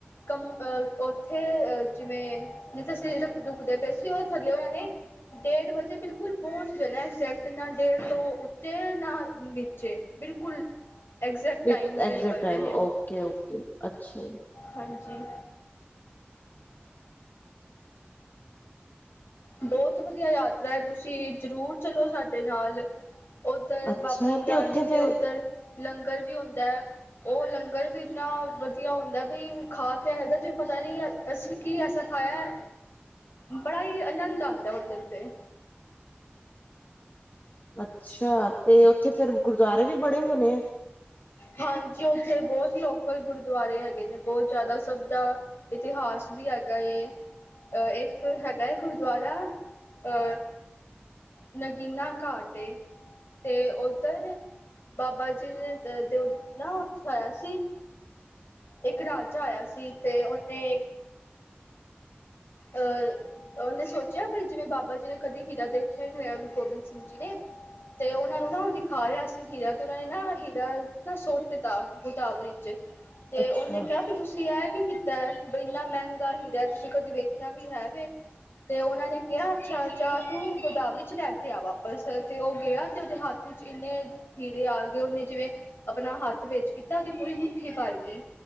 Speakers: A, on the left; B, on the left.
A: ਕਮ ਅ ਓੱਥੇ ਅ ਜਿਵੇਂ ਜਿਥੇ ਅਸੀ ਰੁਕਦੇ ਪਏ ਸੀ ਉਹਦੇ ਥੱਲੇ ਉਹਨਾਂ ਨੇ। ਡੇਢ ਵਜੇ ਬਿਲਕੁਲ ਪਹੁੰਚ ਜਾਣਾ ਐਗਜੈਕਟ ਨਾ ਡੇਢ ਤੋਂ ਉੱਤੇ ਨਾ ਨੀਚੇ ਬਿਲਕੁਲ। ਐਗਜੈਕਟ
B: ਫਿਕਸ
A: ਟਾਈਮ
B: ਐਕਜੈਕਟ
A: ਤੇ ਨਿਕਲਦੇ
B: ਟਾਈਮ
A: ਨੇ
B: ਓਕੇ,
A: ਉਹ
B: ਓਕੇ। ਅੱਛਾ
A: ਹਾਂਜੀ। ਬਹੁਤ ਵਦੀਆ ਯਾਤਰਾ ਏ ਤੂਸੀ ਜਰੂਰ ਚਲੋ ਸਾਡੇ ਨਾਲ। ਉਧਰ
B: ਅੱਛਾ
A: ਬਾਬਾ ਨਿਧਾਨ
B: ਤੇ ਉੱਥੇ
A: ਜੀ ਦੇ
B: ਫੇਰ
A: ਓਦਰ ਲੰਗਰ ਵੀ ਹੁੰਦੈ। ਉਹ ਲੰਗਰ ਵੀ ਇੰਨਾ ਵਧੀਆ ਹੁੰਦਾ ਵੀ ਖਾ ਕੇ ਇਹੋ ਜਿਹੇ ਆ ਇਹੋ ਜਿਹਾ ਪਤਾ ਨਹੀਂ ਹੈ। ਅਸੀਂ ਕੀ ਐਸਾ ਖਾਇਆ ਬੜਾ ਹੀ ਆਨੰਦ ਆਉਂਦਾ ਉੱਧਰ 'ਤੇ।
B: ਅੱਛਾ ਤੇ ਉੱਥੇ ਫੇਰ ਗੁਰਦੁਆਰੇ ਵੀ ਬੜੇ ਹੋਣੇ ਆ।
A: ਹਾਂਜੀ, ਓੱਥੇ ਬਹੁਤ ਲੋਕਲ ਗੁਰਦੁਆਰੇ ਹੈਗੇ ਨੇ ਬਹੁਤ ਜਾਦਾ ਸਬ ਦਾ। ਇਤਿਹਾਸ ਵੀ ਹੈਗਾ ਏ। ਅ ਇਕ ਹੈਗਾ ਏ ਗੁਰਦੁਆਰਾ ਅ। ਨਗੀਨਾ ਘਾਟ ਏ, ਤੇ ਉੱਧਰ ਬਾਬਾ ਜੀ ਨੇ ਤੇ ਦੇ ਨਾ ਓਥੇ ਆਇਆ ਸੀ। ਇਕ ਰਾਜਾ ਆਇਆ ਸੀ ਤੇ ਓਹਨੇ ਅ ਓਹਨੇ ਸੋਚੇਆ ਬਈ ਜਿਵੇਂ ਬਾਬਾ ਜੀ ਨੇ ਕਦੀ ਹੀਰਾ ਦੇਖਿ। ਆ ਈ ਨੀ ਹੋਏਆ ਗੁਰੂ ਗੋਬਿੰਦ ਸਿੰਘ ਜੀ ਨੇ। ਤੇ ਓਨਾਂ ਨੂੰ ਨਾ ਦਿਖਾ ਰਿਹਾ ਸੀ ਹੀਰਾ ਤੇ ਓਨਾਂ ਨੇ ਨਾ ਹੀਰਾ ਨਾ ਸੁੱਟ ਦਿਤਾ ਗੋਦਾਵਰੀ ਵਿਚ। ਤੇ
B: ਅੱਛਾ,
A: ਓੱਨੇ ਕੇਆ ਵੀ ਤੂਸੀ ਏ ਕੀ ਕੀਤੈ, ਬਈ ਇਨਾ ਮ੍ਹੈਂਗਾ ਹੀਰਾ ਤੂਸੀ ਕਦੇ ਵੇਖੇਆ <unintelligible> ਕੀਤਾ ਵੀ ਹੈ ਵੀ ਤੇ ਓਨਾਂ ਨੇ ਕੇਆ, ਅੱਛਾ ਜਾ ਤੂ ਗੋਦਾਵਰੀ ਚ ਲੈ ਕੇਆ ਵਾਪਸ ਤੇ ਓ ਗੇਆ ਤੇ ਓਦੇ ਹਾਥੀ ਇਨੇ ਹੀਰੇ ਆਗੇ ਓਨੇ ਜਿਵੇਂ ਅਪਨਾ ਹੱਥ ਵੇਚ ਕੀਤਾ ਓਦੀ ਪੂਰੀ ਮੁੱਠੀ ਭਰ ਗੀ।